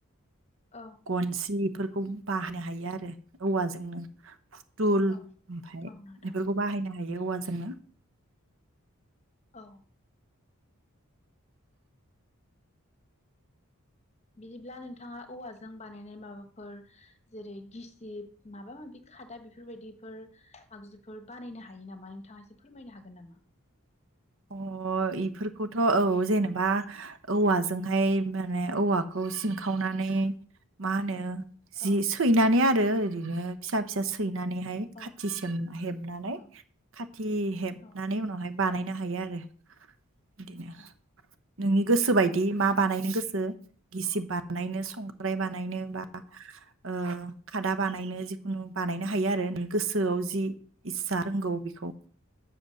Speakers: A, on the left (about 30°); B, on the right (about 60°).
A: औ
B: गनसिफोर। बेखौ बाहो हायो आरो औवाजोंनो। टुल
A: औ
B: ओमफाय
A: औ नोंथां
B: बेफोरखौ बाहायनो हायो। बे औवाजोंनो।
A: औ। बिदिब्ला नोंथाङा औवाजों बानायनाय माबाफोर जेरै गिसिब माबा माबि खादा बेफोरबायदिफोर आगजुफोर बानायनो हायो नामा नोंथाङा एसे फोरमायनो हागोन नामा?
B: अ इफोरखौथ' औ जेनेबा औवाजोंहाय माने औवाखौ सिनखावनानै मा होनो जि
A: औ
B: सैनानै आरो। ओरैनो फिसा फिसा सै नानैहाय
A: औ
B: खाथि सोम हेबनानै
A: औ
B: खाथि हेबनानै
A: औ
B: उनावहाय बानायनो हायो आरो। बिदिनो
A: औ।
B: नोंनि गोस बायदि मा बानायनो गोसो गिसिब बानायनो संग्राय बानायनो
A: औ
B: बा ओ खादा बानायनो जिखुनु बानायनो हायो आरो नों गोसोआव जि इस्सा रोंगौ बेखौ।